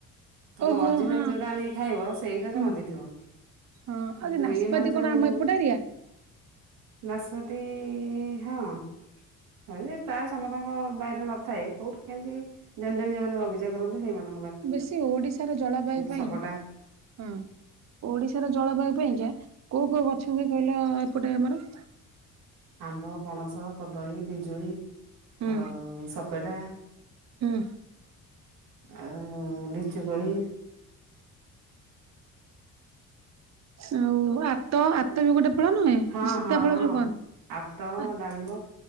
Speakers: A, on the right; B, on the right.
A: ତମେ
B: ଓହୋ
A: ଅରିଜିନାଲ
B: ହଁ
A: ଯୋଉଟା ଆଣିକି ଖାଇବ ସେଇଟାରେ
B: ହୁଁ।
A: ମଞ୍ଜିଥିବ। କିନ୍ତୁ
B: ହଁ ଆଉ ଯୋଉ ନାସପାତି
A: ଇଏ ମାନ
B: କଣ
A: ସବୁ
B: ଆମ ଏପଟ ଏରିଆ
A: ନାଶପତି-ଇ-ଇ-ଇ ହଁ ଏ ପ୍ରାୟ ସମସ୍ତଙ୍କ ବାଇରେ ନଥାଏ। କୋଉଠି କେମିତି ଜନ ଜଣ ଯୋଉମାନେ ବଗିଚା କରନ୍ତି ସେଇମାନେ
B: ବେଶୀ ଓଡିଶାର ଜଳବାୟୁ ପାଇଁ
A: ସପଟା
B: ହଁ ଓଡିଶାର ଜଳବାୟୁ ପାଇଁକା କୋଉ କୋଉ ଗଛ ହୁଏ କହିଲ-ଅ-ଅ ଏପଟେ ଆମର?
A: ଆମ୍ବ, ପଣସ, କଦଳୀ, ପିଜୁଳି
B: ହୁଁ
A: ଆଉ ସପେଟା
B: ହୁଁ
A: ଆଉ ଲିଚୁ କୋଳି
B: ଆଉ ଆତ ଆତ ବି ଗୋଟେ ଫଳ ନୁହେଁ
A: ହଁ
B: ସୀତା
A: ହଁ
B: ଫଳ
A: ହଁ
B: ଯୋଉ କହନ୍ତି।
A: ଆତ ଡାଳିମ୍ବ